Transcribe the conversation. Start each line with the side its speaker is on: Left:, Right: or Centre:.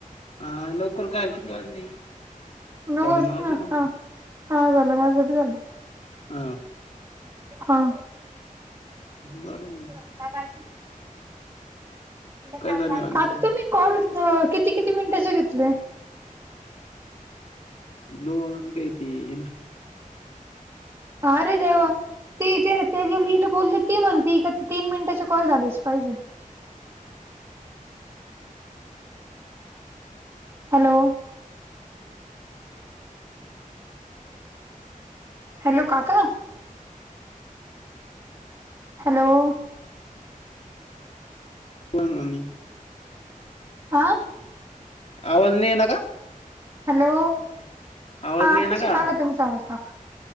Left: हा लवकर काय कीती वाजले?
Right: नऊ
Left: साडेनऊ
Right: वाजलेना
Left: वाजले ना
Right: हा. हा झालं माझंबी झालं.
Left: ह.
Right: हा
Left: बरय म.
Right: काय पाजेत काय?
Left: झालं
Right: काका
Left: आणखीन?
Right: तुम्ही कॉल किती किती मिनिटाचे घेतले?
Left: दोन ते तीन.
Right: अरे देवा. तेथे ते जे लिहिले बोलले. ती म्हणते तीन मिनिटाचे कॉल झालेच पाहिजे. <inaudible> हॅलो. हॅलो काका. हॅलो.
Left: कोण म्हणी?
Right: अ.
Left: आवाज नाही येना का?
Right: हॅलो.
Left: आवाज
Right: हा
Left: नाही
Right: आताशिक
Left: येईना का?
Right: आला तुमचा आवाज काका.